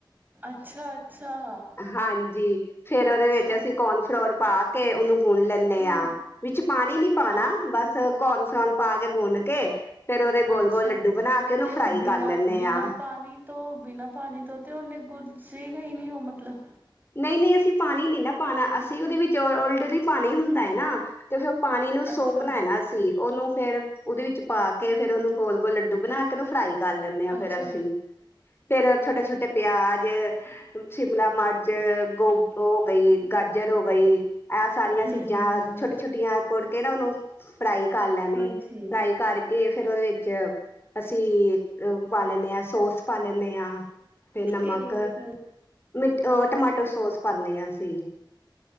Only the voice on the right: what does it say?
ਅੱਛਾ ਅੱਛਾ
ਅੱਛਾ
ਹੂੰ
ਅ
ਅੱਛਾ
ਤੇ
ਬਿਨਾਂ
ਬਿਨਾਂ
ਪਾਣੀ ਤੋਂ ਬਿਨਾਂ ਪਾਣੀ ਤੋਂ ਤੇ ਉਹਨੇ ਗੁੁਰਸੇ ਗਈ ਨੀ ਉਹ ਮਤਲਬ
ਅੱਛਾ
ਅੱਛਾ
ਹੂੰ
ਹੂੰ
ਹਾਂਜੀ
ਕਿਹੜੀ ਵਾਲੀ ਸੌਸ